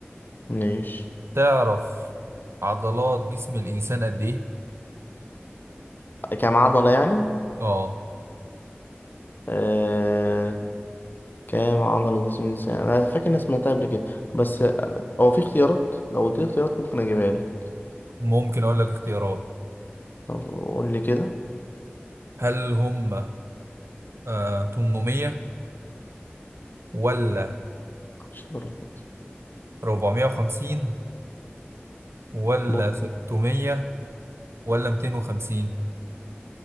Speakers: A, on the left; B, on the right.
A: ماشي
B: تعرف عضلات جسم الانسان قد ايه
A: كام عضلة يعني؟
B: اه
A: آه... كام عضلة جسم الإنسان؟ أنا فاكر إني سمعتها قبل كده بس آه، هو في اختيارات؟ لو قلت لي اختيارات ممكن أجيبها لك
B: ممكن اقول لك اختيارات
A: طب قول لي كده
B: هل هم آه 800 ولا
A: مش درجات
B: 450 ولا
A: بص
B: 600 ولا 250